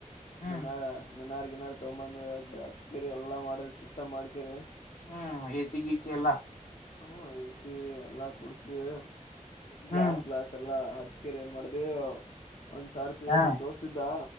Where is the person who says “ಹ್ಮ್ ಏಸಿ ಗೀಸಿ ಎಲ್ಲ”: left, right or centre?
Left